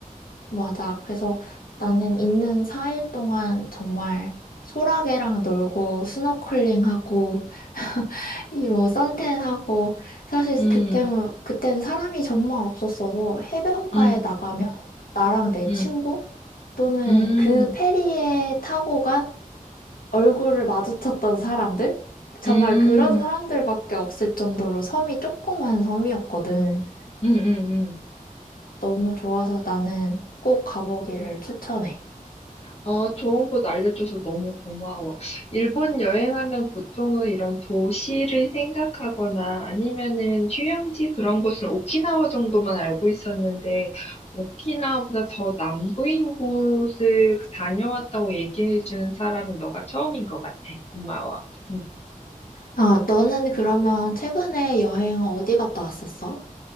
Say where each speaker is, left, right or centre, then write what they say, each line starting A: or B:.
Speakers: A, on the left; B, on the left.
A: 맞아. 그래서 나는 있는 4일 동안 정말 소라게랑 놀고 스노클링하고 <laughs> 이 뭐 선탠하고 사실
B: 음,
A: 그때 그때는 사람이 정말 없었어도 해변가에
B: 음,
A: 나가면 나랑 내
B: 음,
A: 친구 또는
B: 음,
A: 그 페리에 타고 간 얼굴을 마주쳤던 사람들 정말
B: 음,
A: 그런 사람들밖에 없을 정도로 섬이 조그만 섬이었거든.
B: 음, 음, 음.
A: 너무 좋아서 나는 꼭 가보기를 추천해.
B: 아, 좋은 곳 알려줘서 너무 고마워. 일본 여행하면 보통은 이런 도시를 생각하거나 아니면은 휴양지 그런 곳은 오키나와 정도만 알고 있었는데, 오키나와보다 더 남부인 곳을 다녀왔다고 얘기해준 사람은 너가 처음인 것 같아. 고마워. 음.
A: 아, 너는 그러면 최근에 여행 어디 갔다 왔었어?